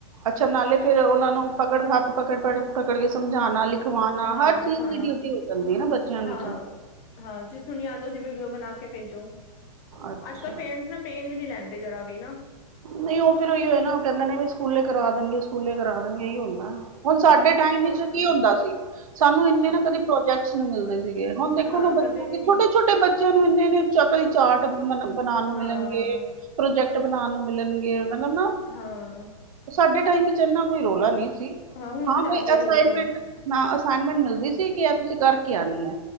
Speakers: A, on the right; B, on the left.
A: ਅੱਛਾ, ਨਾਲੇ ਫੇਰ ਉਨਾ ਨੂੰ ਪਕੜ ਹੱਥ ਪਕੜ ਪੜ ਪਕੜ ਕੇ ਸਮਝਾਣਾ, ਲਿਖਵਾਣਾ
B: ਹਾਂ
A: ਹਰ ਚੀਜ਼
B: ਲਿਖਾਉਣਾ
A: ਦੀ ਡਿਊਟੀ ਹੋ ਜਾਂਦੀ ਐ ਨਾ ਬੱਚਿਆਂ
B: ਹਾਂ
A: ਦੀ ਤਾਂ
B: ਹਾਂ ਜਿਸਨੂੰ ਨੀ ਆਂਦਾ ਉਸਦੀ ਵੀਡੀਓ ਬਣਾ ਕੇ ਪੇਜੋ।
A: ਅੱਛਾ
B: ਅੱਜ ਕੱਲ ਪੇਰੈਂਟਸ ਨਾ ਪੇਨ ਵੀ ਨੀ ਲੈਂਦੇ ਜਰਾ ਵੀ ਨਾ।
A: ਨਈ ਓ ਫਿਰ ਓਈਓ ਐਨਾ ਓ ਕੈਂਦੇ ਨੇ ਵੀ ਸਕੂਲੇ ਕਰਾ ਦੇਣਗੇ ਸਕੁਲੇ ਕਰਾ ਦੇਣਗੇ ਏਈ ਹੁੰਦਾ, ਹੁਣ
B: ਹਾਂ
A: ਸਾਡੇ
B: ਸਕੂਲ
A: ਟਾਈਮ
B: ਦੇ
A: ਚ
B: ਹਾਂ
A: ਕੀ ਹੁੰਦਾ ਸੀ ਸਾਨੂੰ ਇੰਨੇ
B: ਹਾਂ
A: ਨਾ ਕਦੇ ਪ੍ਰੋਜੈਕਟਸ ਨੂੰ ਮਿਲਦੇ। ਸੀਗੇ ਹੁਣ ਦੇਖੋ
B: ਹਾਂ
A: ਨਾ ਬੱਚਿਆਂ
B: ਕਦੇ ਵੀ
A: ਦੇ
B: ਨੀ
A: ਛੋਟੇ-ਛੋਟੇ ਬੱਚਿਆਂ ਨੂੰ ਇੰਨੇ ਚੱਕਰੀ ਚਾਟ ਬਣਾਣ ਨੂੰ
B: ਹਾਂ
A: ਮਿਲਣਗੇ। ਪ੍ਰੋਜੈਕਟ ਬਣਾਣ ਨੂੰ ਮਿਲਣਗੇ ਮਤਲਬ ਨਾ
B: ਹਾਂ
A: ਸਾਡੇ ਟਾਈਮ ਚ ਇਨਾ ਕੋਈ ਰੌਲਾ ਨਈ ਸੀ
B: ਹੁਣ
A: ਹਾਂ,
B: ਤਾਂ ਜ਼ਿਆਦਾ
A: ਬਈ
B: ਹੀ
A: ਅਸਾਈਨਮੈਂਟ
B: ਹੋ ਗਿਆ
A: ਨਾ ਅਸਾਈਨਮੈਂਟ ਮਿਲਦੀ ਸੀ ਕਿ ਐ ਤੁਸੀਂ ਕਰਕੇ ਆਣੀ ਐ।